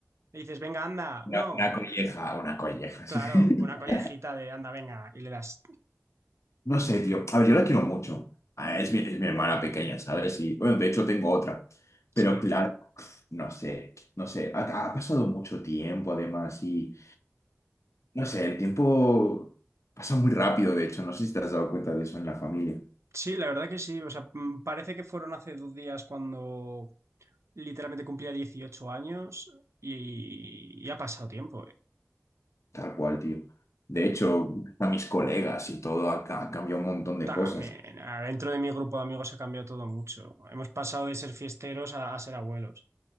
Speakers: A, on the right (about 75°); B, on the left (about 80°).
A: Le dices, venga, anda.
B: una,
A: No.
B: una colleja, una colleja.
A: Claro,
B: <laughs>
A: una collejita de anda, venga, y le das.
B: No sé, tío, a ver, yo la quiero mucho, Ah, es mi, es mi hermana pequeña, ¿sabes? Y, bueno, de hecho tengo otra, pero
A: Sí,
B: claro, no sé, no sé, ha, ha pasado mucho tiempo además y... No sé, el tiempo pasa muy rápido, de hecho, no sé si te has dado cuenta de eso en la familia,
A: sí, la verdad que sí. O sea, mm, parece que fueron hace dos días cuando literalmente cumplía 18 años y, y ha pasado tiempo. eh.
B: tal cual, tío. De hecho, a mis colegas y todo ha, ca- ha cambiado un montón de
A: También,
B: cosas.
A: ah, dentro de mi grupo de amigos ha cambiado todo mucho. Hemos pasado de ser fiesteros a, a ser abuelos.